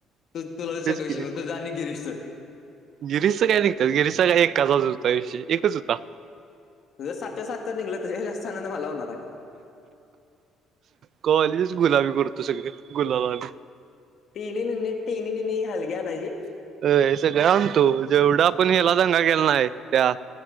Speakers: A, on the left; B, on the right.
A: तू तुलागळ
B: की
A: वि तू जा गिरीश.
B: गिरीशचं काय निघतात गिरीशचा का एककाजाच होताषयी एकच होता.
A: तुझर सातच्या सात तर निघलं त जास्त आनंद मला होणार आहे.
B: कॉलेजच गुलाबी करतो सगळे गुलाबाम
A: तीने नि टीन निनी हलग्या ना जी
B: अ. जाणतो जेवढा पण हला दंगा केेला नाहीय त्या